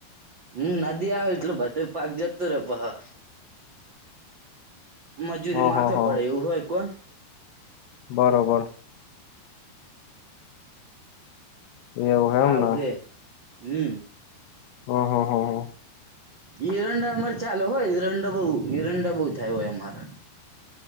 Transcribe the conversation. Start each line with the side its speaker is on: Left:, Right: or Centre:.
Right: હમ, નદી આવે એટલે, બધું પાક જતું રે પહ- મજૂરી
Left: હ
Right: માથે
Left: હ હ
Right: પડે, એવું હોય કોન.
Left: બરોબર. એવું એમ
Right: આવે
Left: ને
Right: હે હમ
Left: હો હો હો હો.
Right: હિરંડા અમારે ચાલે હોય હિરંડા બહુ હિરંડા બહુ થાય હોય અમારે